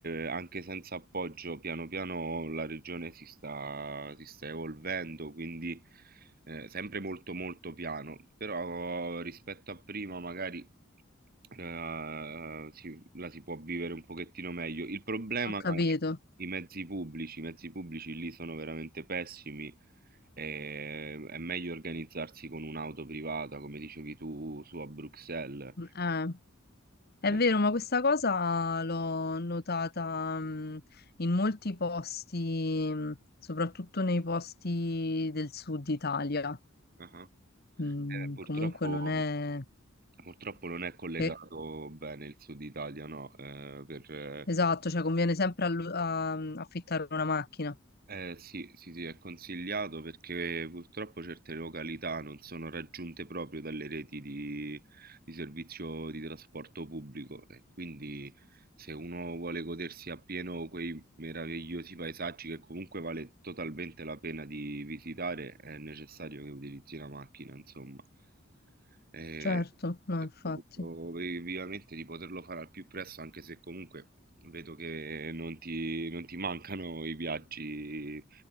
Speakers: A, on the right; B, on the left.
A: eh, anche senza appoggio, piano piano la regione si sta, si sta evolvendo, quindi eh, sempre molto molto piano. Però rispetto a prima, magari eh, eh, si- la si può vivere un pochettino meglio. Il problema
B: Ho capito.
A: è i mezzi pubblici, i mezzi pubblici lì sono veramente pessimi. e è meglio organizzarsi con un'auto privata, come dicevi tu, su a Bruxelles.
B: Eh. È
A: Eh,
B: vero, ma questa cosa l'ho notata, mh, in molti posti, mh, soprattutto nei posti del sud Italia.
A: ah.
B: Mm,
A: Eh, purtroppo,
B: comunque non è...
A: purtroppo non è collegato
B: eh,
A: bene il sud Italia, no? eh, per, eh,
B: esatto, cioè conviene sempre allu- a- mhmm, affittare una macchina.
A: Eh sì, sì, sì, è consigliato perché purtroppo certe località non sono raggiunte proprio dalle reti di, di servizio di trasporto pubblico e quindi se uno vuole godersi appieno quei meravigliosi paesaggi che comunque vale totalmente la pena di visitare, è necessario che utilizzi la macchina, insomma. E,
B: Certo, no,
A: e
B: infatti.
A: auguro vi- vivamente di poterlo fare al più presto, anche se comunque Vedo che non ti, non ti mancano i viaggi